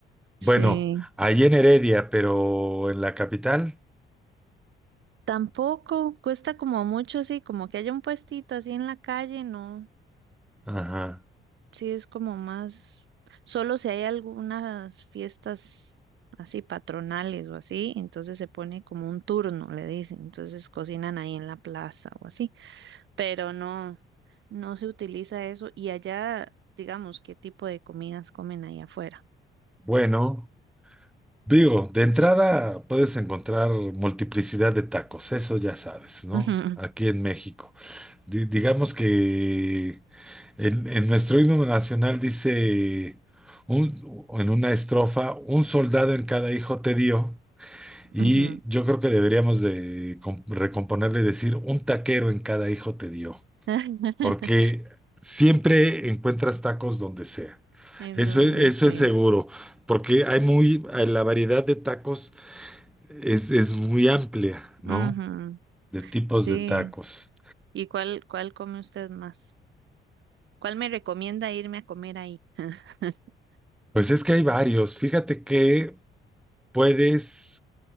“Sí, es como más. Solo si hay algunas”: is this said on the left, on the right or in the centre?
Right